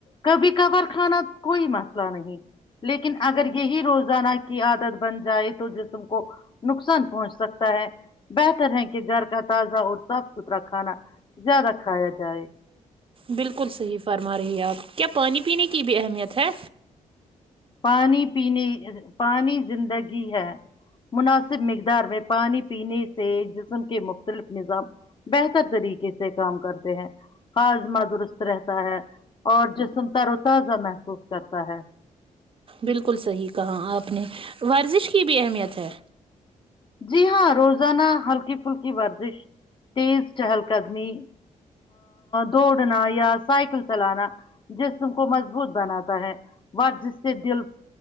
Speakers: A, on the left (about 35°); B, on the right (about 40°).
A: کبھی کبھار کھانا کوئی مسئلہ نہیں لیکن اگر یہی روزانہ کی عادت بن جائے تو جسم کو نقصان پہنچ سکتا ہے بہتر ہے کہ گھر کا تازہ اور صاف ستھرا کھانا زیادہ کھایا جائے
B: بالکل صحیح فرما رہی آپ کیا پانی پینے کی بھی اہمیت ہے
A: پانی پینے پانی زندگی ہے مناسب مقدار میں پانی پینے سے جسم کے مختلف نظام بہتر طریقے سے کام کرتے ہیں ہاضمہ درست رہتا ہے اور جسم تر و تازہ محسوس کرتا ہے
B: بالکل صحیح کہا آپ نے ورزش کی بھی اہمیت ہے
A: جی ہاں روزانہ ہلکی پھلکی ورزش تیز چہل قدمی دوڑنا یا سائیکل چلانا جسم کو مضبوط بناتا ہے ورزش سے دل